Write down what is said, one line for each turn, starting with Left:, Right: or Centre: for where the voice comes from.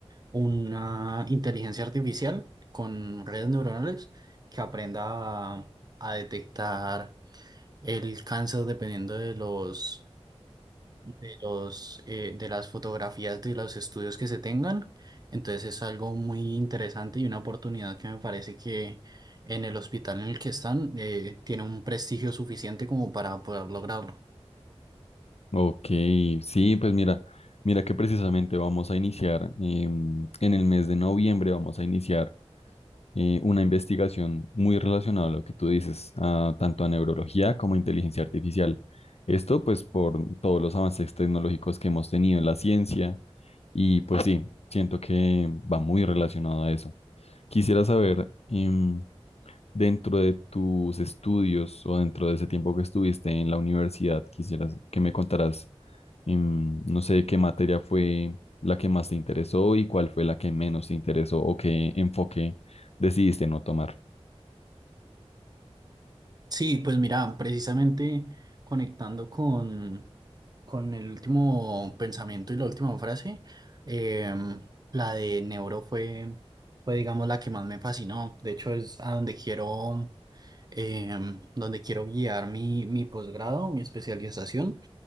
Right: una inteligencia artificial con redes neuronales que aprenda a, a detectar el cáncer dependiendo de los de los eh, de las fotografías de los estudios que se tengan. Entonces es algo muy interesante y una oportunidad que me parece que en el hospital en el que están eh, tiene un prestigio suficiente como para poder lograrlo.
Left: Ok, sí, pues mira, mira que precisamente vamos a iniciar em, en el mes de noviembre, vamos a iniciar eh, una investigación muy relacionada a lo que tú dices, a- tanto a neurología como a inteligencia artificial. Esto pues por todos los avances tecnológicos que hemos tenido en la ciencia y pues sí, siento que va muy relacionado a eso. Quisiera saber, em, dentro de tus estudios o dentro de ese tiempo que estuviste en la universidad, quisieras que me contaras, em, no sé, qué materia fue la que más te interesó y cuál fue la que menos te interesó o qué enfoque decidiste no tomar.
Right: Sí, pues mira, precisamente conectando con, con el último pensamiento y la última frase, em, la de Neuro fue, fue, digamos, la que más me fascinó. De hecho, es a donde quiero, em, donde quiero guiar mi, mi posgrado, mi especialización.